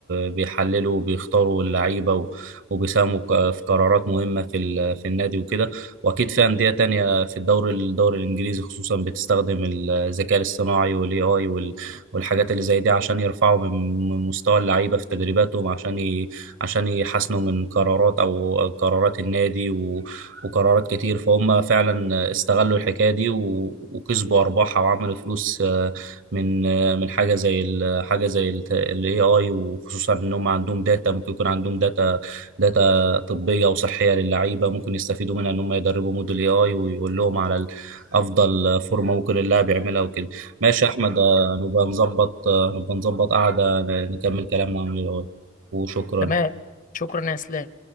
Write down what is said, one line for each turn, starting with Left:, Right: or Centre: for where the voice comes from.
Right: بيحللوا وبيختاروا اللعيبة و- وبيساهموا ك- في قرارات مهمة في ال- في النادي وكده وأكيد في أندية تانية في الدوري الدوري الإنجليزي خصوصا بتستخدم الذكاء الاصطناعي والاي آي والحاجات اللي زي دي عشان يرفعوا من من مستوى اللعيبة في تدريباتهم عشان ي- عشان يحسنوا من قرارات أو قرارات النادي و وقرارات كتير فهم فعلا استغلوا الحكاية دي و- وكسبوا أرباحها وعملوا فلوس آه، من آه، من حاجة زي ال- حاجة زي ال AI وخصوصا إن هم عندهم داتا ممكن يكون عندهم داتا داتا طبية وصحية للعيبة ممكن يستفيدوا منها إن هم يدربوا موديل AI ويقول لهم على ال- أفضل فورمة ممكن اللاعب يعملها وكده ماشي يا أحمد آه، نبقى نظبط آه، نبقى نظبط قعدة نكمل كلامنا عن ال AI وشكرا
Left: تمام شكرا يا اسلام